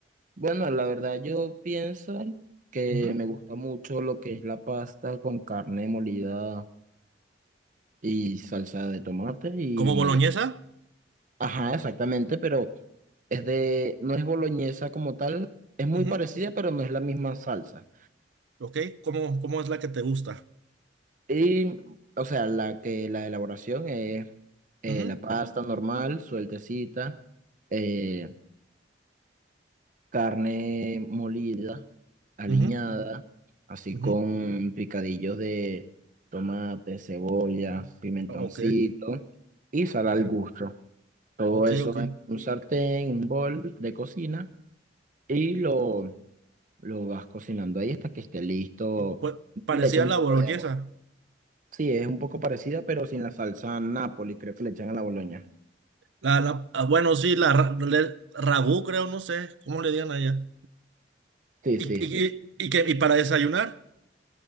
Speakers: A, on the right; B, on the right.
A: Bueno, la verdad yo pienso que
B: Ujú.
A: me gusta mucho lo que es la pasta con carne molida y salsa de tomate y
B: ¿Como
A: mayo.
B: boloñesa?
A: Ajá, exactamente, pero es de, no es boloñesa como tal, es muy
B: Ujú.
A: parecida, pero no es la misma salsa.
B: Ok, ¿cómo, cómo es la que te gusta?
A: Y, o sea, la que la elaboración es eh,
B: Ujú,
A: la pasta normal, sueltecita, eh, carne molida, aliñada,
B: ujú,
A: así
B: ujú.
A: con picadillos de tomate, cebolla, pimentoncito
B: Ok,
A: y sal
B: ok,
A: al gusto. Todo
B: ok,
A: eso
B: ok.
A: en un sartén, un bol de cocina y lo Lo vas cocinando ahí hasta que esté listo
B: Pu- pu- parecía
A: y le echas un
B: la
A: poco
B: boloñesa.
A: de agua. Sí, es un poco parecida, pero sin la salsa Nápoles, creo que le echan a la boloña.
B: La, la- ah, bueno, sí, la ra- le- ragú, creo, no sé, ¿cómo le digan allá?
A: Sí,
B: ¿Y,
A: sí, sí.
B: y, y, y qué- y para desayunar?